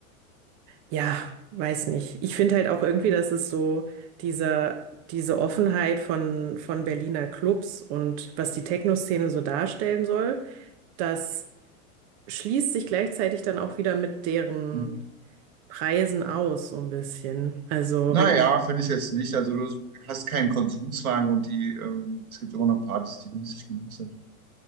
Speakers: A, on the right (about 45°); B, on the right (about 80°).
A: ja, weiß nicht. Ich finde halt auch irgendwie, dass es so diese, diese Offenheit von, von Berliner Clubs und was die Techno-Szene so darstellen soll, das schließt sich gleichzeitig dann auch wieder mit deren
B: Hm.
A: Preisen aus, so ein bisschen. Also,
B: Naja,
A: wenn,
B: finde ich jetzt nicht. Also du hast keinen Konsumzwang und die, ähm, es gibt immer noch Partys, die günstig genug sind.